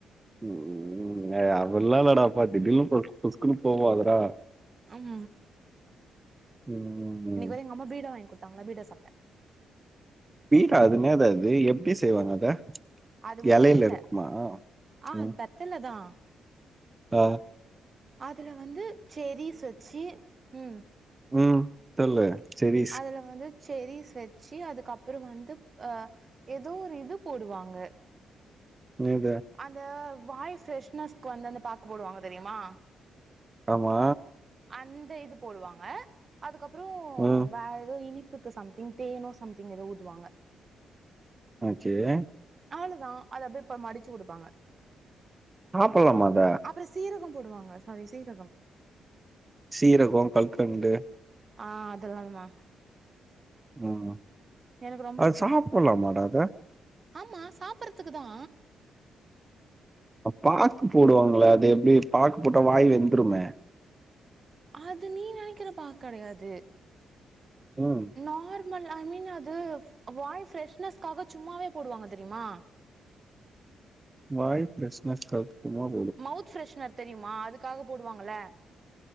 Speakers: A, on the right; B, on the right.
A: உம் அதெல்லா லடா ப்பா திடீர்னு பொஸ் பொஸ்குனு போவாதடா
B: அம்
A: ம்
B: இன்னைக்கு வந்து எங்க அம்மா பீடா வாங்கி குடுத்தாங்களா பீடா சாப்ட்டே
A: பீடா அதுனேதா அது எப்டி செய்வாங்க அத
B: அது உள்ள
A: எலைல
B: ஒண்ணு இல்ல
A: இருக்குமா
B: ஆ
A: உம்
B: வெத்தல தா
A: தா
B: அதுல வந்து செரீஸ் வச்சு ம்
A: உம் தொர்ல்ல செரியா
B: அதுல வந்து செரீஸ் வச்சு அதுக்கப்புறோ வந்து அ ஏதோ ஒரு இது போடுவாங்க
A: நேகா
B: அந்த வாய் ஃப்ரெஷ்னஸ்க்கு வந்தந்து அந்த பாக்கு போடுவாங்க தெரியுமா
A: ஆமா
B: அந்த இது போடுவாங்க அதுக்கப்புறம்
A: ம்
B: வேற ஏதோ இனிப்பு இதுக்கு சம்திங் தேனோ சம்திங் ஏதோ ஊத்துவாங்க
A: ஆ செரி
B: அவ்ளோதா அத அப்டியே இப்ப மடிச்சு குடுப்பாங்க
A: சாப்ட்லாமா அத
B: அப்றோ சீரகம் போடுவாங்க சாரி சீரகம்
A: சீரகோ கல்கண்டு
B: ஆஅதெல்லாம்மா
A: உம்
B: எனக்கு
A: அது சாப்பட்லாமா டா அத
B: ஆமாம் சாப்பறதுக்கு தா
A: பாக்கு போடுவாங்கள அது எப்டி பாக்கு போட்டா வாய் வெந்துருமே
B: அது நீ நெனைக்கிற பாக் கெடையாது
A: ம்
B: நார்மல் ஐ மீன் அது வாய் ஃப்ரெஷ்னஸ்க்காக சும்மாவே போடுவாங்க தெரிமா
A: வாய் பிரச்ன <unintelligible>
B: மௌத் ஃப்ரெஷ்னர் தெரிமா அதுக்காக போடுவாங்கள